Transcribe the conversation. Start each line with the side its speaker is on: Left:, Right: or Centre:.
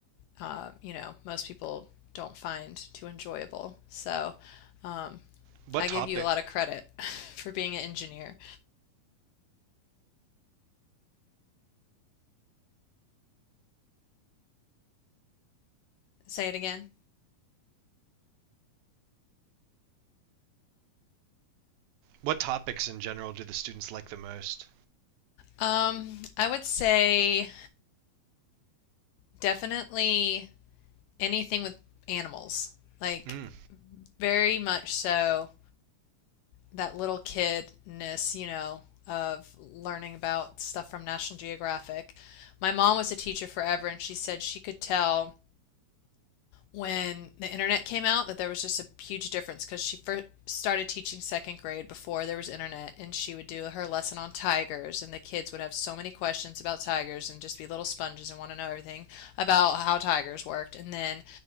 Left: uh, you know most people don't find too enjoyable. So um,
Right: what
Left: I
Right: topic?
Left: give you a lot of credit <laughs> for being an engineer. Say it again.
Right: What topics in general do the students like the most?
Left: Um, I would say definitely anything with animals, like
Right: Mm.
Left: very much so that little kidness, you know, of learning about stuff from National Geographic. My mom was a teacher forever, and she said she could tell when the internet came out that there was just a huge difference because she first started teaching second grade before there was internet and she would do her lesson on tigers and the kids would have so many questions about tigers and just be little sponges and want to know everything about how tigers worked and then